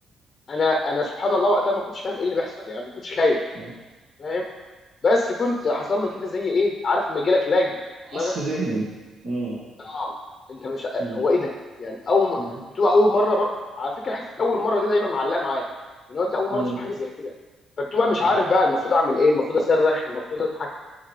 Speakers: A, on the left; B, on the right.
A: انا انا سبحان الله وقتها ما كنتش فاهم ايه اللي بيحصل يعني ما كنتش خايف
B: مم.
A: فاهم بس كنت حصل لي كده زي ايه عارف لما يجي لك لاج في
B: عصف
A: دماغك
B: ذهني مم.
A: اه انت مش
B: مم.
A: هو ايه ده يعني اول م-
B: مم.
A: بتبقى اول مره بر... على فكره حته اول مره دي دايما معلقه معايا ان هو انت اول
B: مم.
A: مره تشوف حاجه زي كده فبتبقى مش
B: مم.
A: عارف بقى المفروض اعمل ايه المفروض اصرخ المفروض اضحك